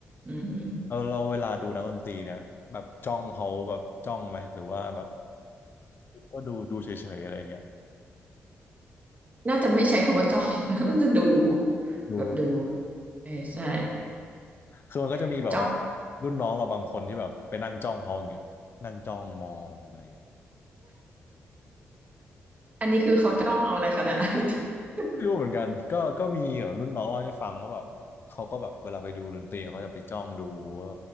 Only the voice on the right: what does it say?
อืม
น่าจะไม่ใช้คำว่าจ้อง <laughs> น่าจะดู
แบบดูเออใช่
<laughs> จ้อง
อันนี้คือเขาจ้องเอาอะไรคะเนี่ย <laughs>